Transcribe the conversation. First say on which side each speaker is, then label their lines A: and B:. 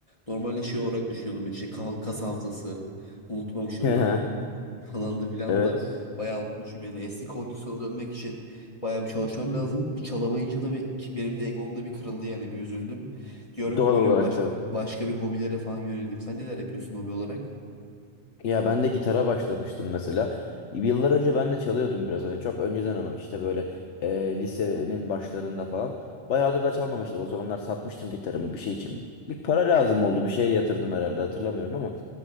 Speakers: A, on the left; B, on the left.
A: Normalde şey olarak düşünüyordum işte kafa- kas hafızası unutmamışımdır
B: Hı hı.
A: falan da filan
B: Evet.
A: da bayağı unutmuşum yani eski kondisyona dönmek için bayağı bir çalışmam lazım. Bir çalamayınca da bir, ki benim de egomda bir kırıldı yani bir üzüldüm. Diyorum
B: Doğal
A: ki böyle
B: olarak
A: bir baş,
B: tabii.
A: başka bir hobilere falan yöneleyim. Sen neler yapıyorsun hobi olarak?
B: Ya ben de gitara başlamıştım mesela. Yıllar önce ben de çalıyordum biraz hani çok önceden ama işte böyle e, lisenin başlarında falan. Bayağıdır da çalmamıştım. O zamanlar satmıştım gitarımı bir şey için. Bir para lazım oldu. Bir şeye yatırdım herhalde hatırlamıyorum ama.